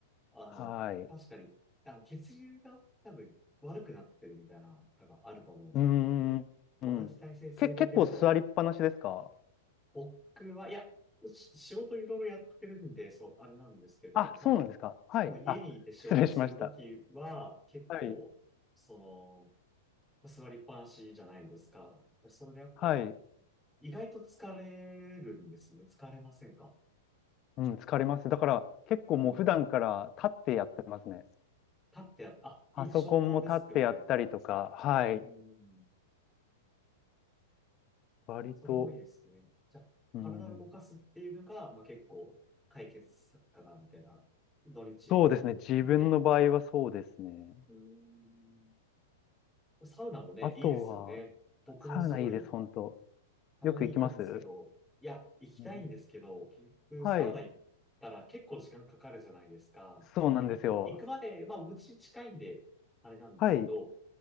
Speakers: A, in the centre; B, on the left.
A: あの、
B: はい。う
A: 確かに、あの、血流が多分悪くなってるみたいな、多分あると思うんで、
B: ーん、うん。
A: 同じ体勢続けてると、
B: け、結構座りっぱなしですか
A: 僕は、いや、し仕事いろいろやってるんで、そう、あれなんですけど、
B: あ、そうなんですか。
A: まあ、
B: はい。
A: でも家にいて仕事してるときは、
B: あ、失礼しました。
A: 結構、
B: はい。
A: その、まあ座りっぱなしじゃないですか。でそれでやっぱ、
B: はい。
A: 意外と疲れるんですよね。疲れませんか
B: うん、疲れます。だから、結構もう普段から立ってやってますね。
A: うん。立ってや、あ、いい、
B: パソコンも立ってやったりとか、
A: 昇降デスクみたいな。
B: はい。
A: うん。
B: 割と、
A: それもいいですね。じゃあ、
B: うん。
A: 体を動かすっていうのが、まあ結構、解決策かな、みたいな。土日やってること。
B: そうですね。自分の場合はそうですね。
A: うん。サウナもね、
B: あとは、
A: いいですよね。僕もすごい、
B: サウナいいです、本当。
A: たまに行くんですけど、
B: よく行きます
A: いや、行きたいんですけど、
B: うん
A: 結局、
B: はい、
A: サウナ行ったら結構時間かかるじゃないですか。
B: そうなんですよ。
A: その、まあ行く、行くまで、まあ、うち近いんで、あれなんですけど、
B: はい、